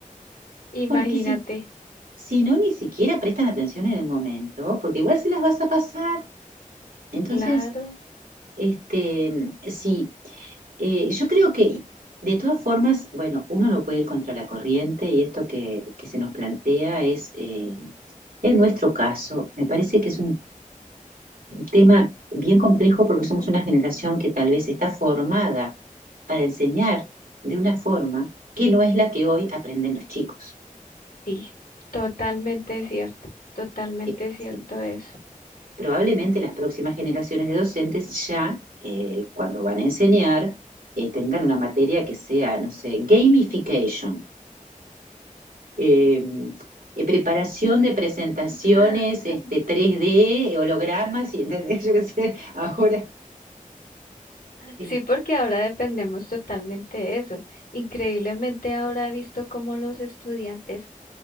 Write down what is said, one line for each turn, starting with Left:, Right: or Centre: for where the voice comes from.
Left: Imagínate,
Right: porque si, si no, ni siquiera prestan atención en el momento, porque igual se las vas a pasar. Entonces,
Left: claro,
Right: este, sí, eh, yo creo que de todas formas, bueno, uno no puede ir contra la corriente y esto que, que se nos plantea es... eh, En nuestro caso, me parece que es un tema bien complejo porque somos una generación que tal vez está formada para enseñar de una forma que no es la que hoy aprenden los chicos.
Left: sí, totalmente cierto, totalmente
Right: Eh,
Left: cierto
Right: sí.
Left: eso.
Right: Probablemente las próximas generaciones de docentes ya, eh, cuando van a enseñar, eh, tendrán una materia que sea, no sé, gamification, eh, eh, preparación de presentaciones,
Left: <laughs>
Right: este, 3D, hologramas, y, <laughs> ¿entendés? Yo qué sé, ahora Eh,
Left: Sí, porque ahora dependemos totalmente de eso. Increíblemente ahora he visto cómo los estudiantes